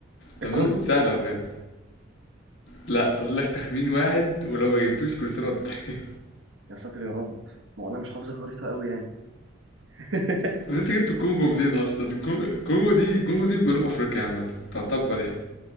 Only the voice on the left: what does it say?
تمام
سهلة بجد لا فاضل لك تخمين واحد ولو ما جبتوش كل سنة وانت طيب.
وانت جبت كونغو منين اصلا كو- كونغو دي كونغو دي في جنوب افريقيا عامة تعتبر يعني